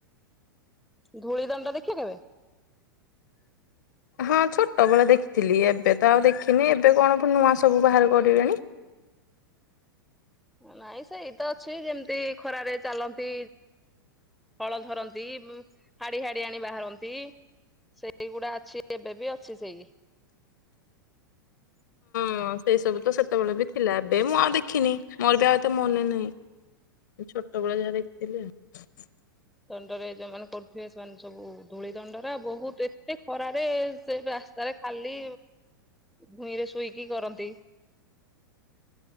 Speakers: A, in the centre; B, on the left.
A: ଧୂଳି ଦଣ୍ଡ ଦେଖ କେବେ? <inaudible>
B: ହଁ ଛୋଟବେଳେ ଦେଖିଥିଲି ଏବେ ତ ଆଉ ଦେଖିନି ଏବେ କଣ ନୂଆ ସବୁ ବାହାର କରିବେଣି।
A: ନାଇଁ ସେଇତ ଅଛି ଯେମିତି ଖରାରେ ଚାଲନ୍ତି। ହଳ ଧରନ୍ତି ହାଡି ହାଡିଆଣି ବାହାରନ୍ତି। ସେଇଗୁଡା ଅଛି ଏବେ ବି ଅଛି ସେଇ। <inaudible>
B: ହଁ ସେଇ ସବୁ ତ ସେତେବେଳେ ବି ଥିଲା ଏବେ ମୁଁ ଆଉ ଦେଖିନି ମୋର ବି ଆଉ ଏତେ ମନେ ନାହିଁ। ଛୋଟବେଳେ ଯାହା ଦେଖିଥିଲ ଆଉ।
A: ଦଣ୍ଡରେ ଯଉମାନେ କରୁଥିବେ ସେମାନେ ସବୁ ଧୂଳି ଦଣ୍ଡରେ ବହୁତ ଏତେ ଖରାରେ ସେ ରାସ୍ତାରେ ଖାଲି ଭୂଇଁ ରେ ଶୁଇକି କରନ୍ତି।